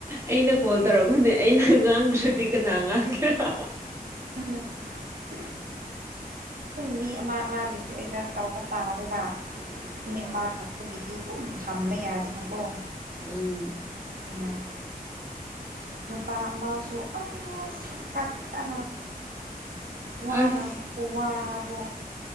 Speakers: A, on the right; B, on the right.
A: ꯑꯩꯅ ꯀꯣꯜ ꯇꯧꯔꯛꯄꯅꯦ ꯑꯩꯅ ꯉꯥꯡꯗ꯭ꯔꯗꯤ ꯀꯅꯥ ꯉꯥꯡꯒꯦꯔꯥ
B: <unintelligible> ꯄꯨꯝ ꯃꯤ ꯑꯃ ꯑꯃꯒꯤꯁꯨ ꯑꯦꯗꯖꯁ ꯇꯧꯕ ꯇꯥꯔꯒ ꯃꯤ
A: ꯍꯣꯏ
B: ꯑꯃꯈꯛ ꯍꯧꯖꯤꯛꯇꯤ ꯀꯨꯏꯅ ꯊꯝꯕ ꯌꯥꯗꯦꯅ ꯀꯣ
A: ꯎꯝ
B: ꯑꯩ ꯅꯨꯄꯥ ꯃꯥꯁꯨ ꯁ ꯀ ꯑ ꯋꯥ
A: ꯑꯁ
B: ꯉ ꯍ ꯋꯥ ꯑꯗꯨ